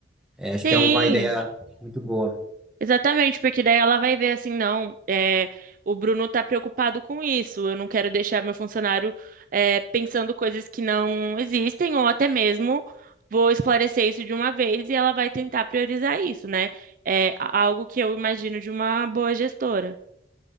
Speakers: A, in the centre; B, on the right.
A: É, acho
B: Sim,
A: que é uma ideia muito boa.
B: Exatamente, porque daí ela vai ver assim, não, é, o Bruno tá preocupado com isso, eu não quero deixar meu funcionário é, pensando coisas que não existem, ou até mesmo vou esclarecer isso de uma vez e ela vai tentar priorizar isso, né? É a- algo que eu imagino de uma boa gestora.